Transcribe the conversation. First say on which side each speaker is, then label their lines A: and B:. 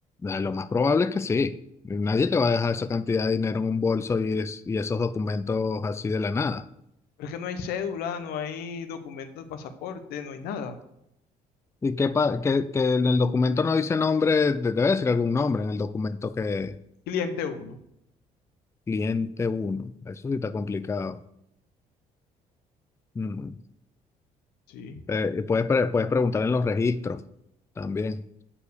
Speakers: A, on the left; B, on the left.
A: Ah, Lo más probable es que sí. Nadie te va a dejar esa cantidad de dinero en un bolso y, es- y esos documentos así de la nada.
B: Pero es que no hay cédula, no hay documentos, pasaporte, no hay nada.
A: Y que, pa- que, que en el documento no dice nombre, de- debe decir algún nombre en el documento que
B: Cliente uno
A: Cliente uno, Eso sí está complicado. Mm.
B: sí.
A: Eh, puedes, pre- puedes preguntar en los registros también.